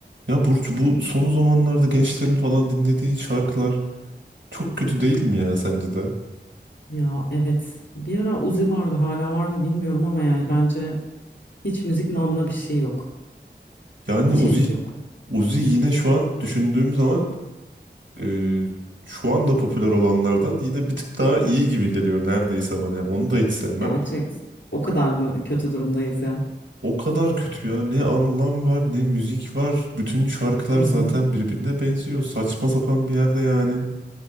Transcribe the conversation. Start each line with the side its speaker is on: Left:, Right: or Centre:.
Right: Ya Burcu bu son zamanlarda gençlerin falan dinlediği şarkılar çok kötü değil mi ya sence de?
Left: Ya evet. Bir ara Uzi vardı hala var mı bilmiyorum ama yani bence hiç müzik namına bir şey yok.
Right: Yani
Left: İçerik
Right: Uzi,
Left: yok.
Right: Uzi yine şu an düşündüğüm zaman e, şu anda popüler olanlardan yine bir tık daha iyi gibi geliyor neredeyse bana. Yani onu da hiç sevmem.
Left: Gerçek. O kadar mı kötü durumdayız ya?
Right: O kadar kötü ya. Ne anlam var ne müzik var. Bütün şarkılar
Left: Hı hı.
Right: zaten birbirine benziyor. Saçma sapan bir yerde yani.